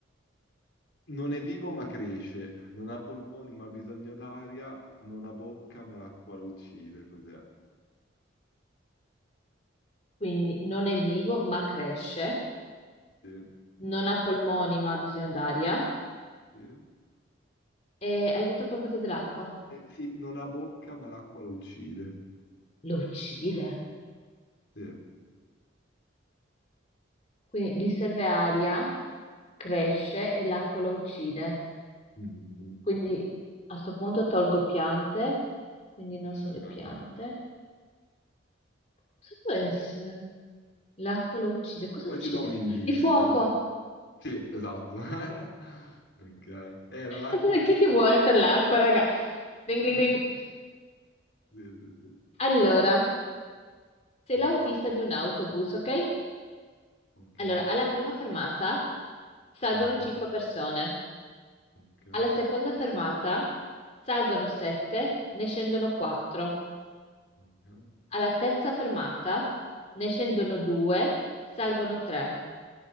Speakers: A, on the left; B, on the left.
A: Non è vivo ma cresce, non ha polmoni ma ha bisogno d'aria, non ha bocca ma l'acqua lo uccide, cos'è?
B: Quindi non è vivo, ma cresce,
A: Sì,
B: non ha polmoni, ma ha bisogno d'aria.
A: sì.
B: E hai detto qualcosa dell'acqua?
A: Eh, sì, non ha bocca ma l'acqua lo uccide.
B: Lo uccide.
A: Sì.
B: Quindi gli serve aria, cresce e l'acqua lo uccide.
A: Mhm.
B: Quindi a sto punto tolgo piante, quindi non sono le piante.
A: Eh.
B: Cosa può essere? L'acqua lo uccide. Cosa
A: Poi
B: uccide?
A: ti do un indizio,
B: Il fuoco!
A: eh. Sì, esatto. <laughs> Ok. Era l'acqua
B: <laughs>
A: lo uccide.
B: Chi è che muore per l'acqua, raga? Ding
A: <laughs>
B: ding ding.
A: Sì, sì, sì.
B: Allora, sei
A: Mm,
B: l'autista di un autobus, ok?
A: Ok.
B: Allora, alla prima fermata salgono
A: Mhm.
B: 5 persone,
A: Ok.
B: alla seconda fermata salgono 7, ne scendono 4.
A: Ok.
B: Alla terza fermata ne scendono due, salgono tre;